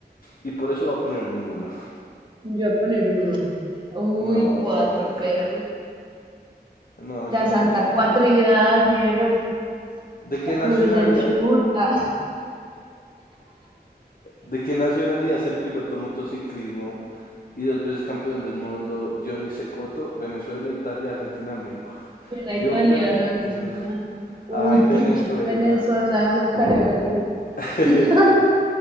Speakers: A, on the left (about 55°); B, on the right (about 25°).
A: Y por eso va a poner ninguno.
B: Yo voy a poner uno. Uy,
A: No,
B: cuatro
A: cuatro.
B: perros.
A: No, está
B: La
A: muy
B: Santa
A: difícil.
B: Cuatridad, Ñero.
A: ¿De qué
B: La
A: nacionalidad
B: Cruz del Sur. <laughs> Ah,
A: ¿De qué nacionalidad es el piloto motociclismo y dos veces campeón del mundo Johnny Secoto? Venezuela, Italia, Argentina, México.
B: suena
A: Yo
B: italiano,
A: que Argentina.
B: no suena. Uy,
A: Ay,
B: pinche
A: Venezuela.
B: venezolano, careverga. <laughs>
A: <laughs>
B: <laughs>